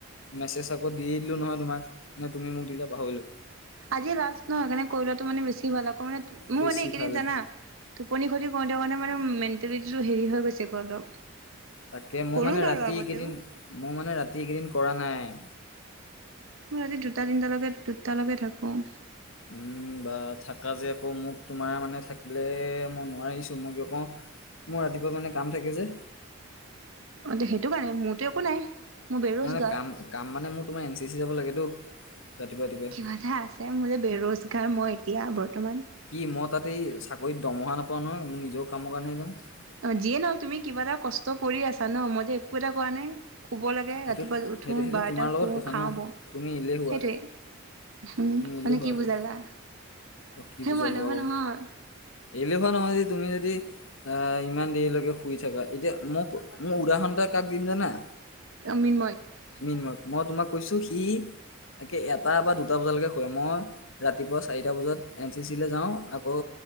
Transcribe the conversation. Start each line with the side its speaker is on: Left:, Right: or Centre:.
Left: মেছেজ আকৌ দি দিলো নহয় তোমাক নে তুমি মোক দিলে পাহৰিলো
Right: আজি লাষ্ট নহ সেইকাৰণে কৰিলোৱাটো মানে বেছি ভাল আকৌ মানে মোৰ
Left: বেছি
Right: মানে এইকেইদিন
Left: ভাল
Right: জানা টোপনি ক্ষতি কৰোঁতে কাৰণে মানে মেণ্টেলিটিটো হেৰি হৈ গৈছে অলপ
Left: তাকে মই
Right: কৰোঁ
Left: মানে
Right: বাৰু
Left: ৰাতি
Right: আগতেও
Left: কেইদিন, মই মানে ৰাতি এইকেইদিন কৰা নাই
Right: মই ৰাতি দুটা তিনটালৈকে- দুটালৈকে থাকো।
Left: উম বা থাকা যে আকৌ মোক তোমাৰ মানে থাকিলে মই নোৱাৰিছোঁ মই বুলি কওঁ মোৰ ৰাতিপুৱা মানে কাম থাকে যে
Right: অ দে সেইটো কাৰণে মোৰতো একো নাই মোৰ বেৰোজগাৰ
Left: নাই নাই কাম- কাম মানে মোৰ তোমাৰ এন চি চি যাব লাগে টো ৰাতিপুৱাই - ৰাতিপুৱাই
Right: বাধা আজ ছেম, মই যে বেৰোজগাৰ মই এতিয়া বৰ্তমান
Left: কি মই তাতে এই চাকৰিত দৰমহা নাপাওঁ নহয় মোৰ নিজৰও কামৰ কাৰণেহে যাওঁ।
Right: অ যিয়ে ন তুমি কিবা এটা কষ্ট কৰি আছা ন, মই যে একো এটা কৰা নাই। শুব লাগে
Left: সেইটোত
Right: ৰাতিপুৱা উঠো
Left: সেইটো সেইটো
Right: বাৰটা
Left: তোমাৰ লগত
Right: শুওঁ,
Left: কথা
Right: খাওঁ
Left: ন
Right: বও
Left: তুমি এলেহুৱা
Right: সেইটোৱেই। হুম
Left: তুমি এলেহুৱা
Right: মানে কি
Left: আকৌ
Right: বুজালা,
Left: অ কি
Right: হেই
Left: বুজালো
Right: মই এলেহুৱা
Left: আকৌ
Right: নহয়।
Left: এলেহুৱা নহয় যে তুমি যদি আহ ইমান দেৰিলৈকে শুই থকা, এতিয়া মোক মোৰ উদাহৰণ এটা কাক দিম জানা?
Right: অ মৃন্ময়ক
Left: মৃন্ময় ক মই তোমাক কৈছো সি একে এটা বা দুটা বজালৈকে শুৱে, মই ৰাতিপুৱা চাৰিটা বজাত এন চি চি লে যাওঁ আকৌ